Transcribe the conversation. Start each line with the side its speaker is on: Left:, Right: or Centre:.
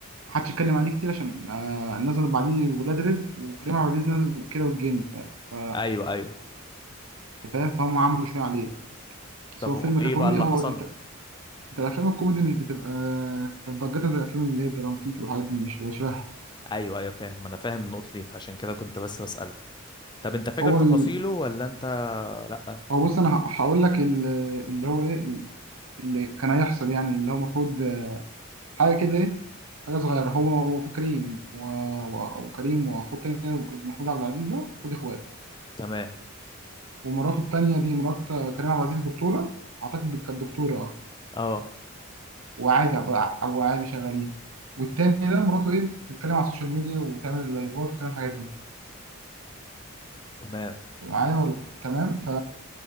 Right: ما حدش يتكلم عليه كتير عشان آه نزل بعديه ولاد رزق وكريم عبد العزيز نزل كيرة والجن ف ف-
Left: ايوه ايوه
Right: أنت فاهم فهم عملوا شوية عليه بس
Left: طب
Right: هو فيلم
Left: هو ايه
Right: ككوميدي
Left: بقى اللي
Right: هو
Left: حصل
Right: انت أنت الافلام الكوميدي مش بتبقى آه، ضجتها زي الافلام اللي هي الدراماتيك والحاجات دي مش بشبه
Left: ايوه ايوه فاهم انا فاهم النقطة دي فعشان كده كنت بس بسألك طب انت فاكر
Right: هو
Left: تفاصيله
Right: ال...
Left: ولا انت لا
Right: هو بص انا ه- هقول لك ال- اللي هو ايه اللي كان هيحصل يعني اللي هو المفروض آه، حاجه كده ايه حاجه صغيره هو هو المفروض كريم آه، و- وكريم واخوه التاني محمود عبد العزيز ده المفروض اخوات
Left: تمام
Right: ومراته التانية دي مرات كريم عبد العزيز دكتورة أعتقد كانت دكتورة أه
Left: اه
Right: وعادي بقى- وعادي شغالين والتاني ده مراته إيه بتتكلم على السوشيال ميديا وبتعمل لايفات وبتعمل الحاجات دي
Left: تمام
Right: أنت معايا ولا تمام ف...